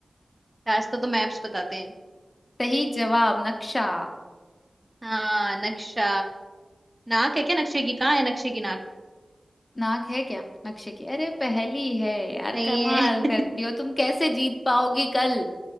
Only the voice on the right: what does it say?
रास्ता तो मैप्स बताते हैं
हाँ नक्शा नाक है क्या नक्शे की कहाँ है नक्शे की नाक
नहीं
है <laughs>